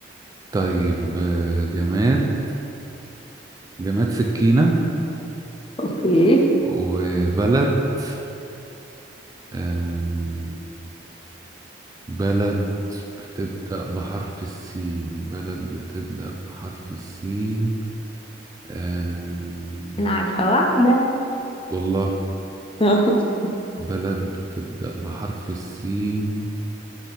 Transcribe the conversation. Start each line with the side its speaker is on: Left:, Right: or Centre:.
Right: طيب آه، جماد جماد سكينة
Left: <laughs> اوكي
Right: وبلد آه بلد بتبدأ بحرف السين بلد بتبدأ بحرف السين آه
Left: انا عارفة واحدة
Right: والله
Left: <laughs>
Right: بلد بتبدأ بحرف السين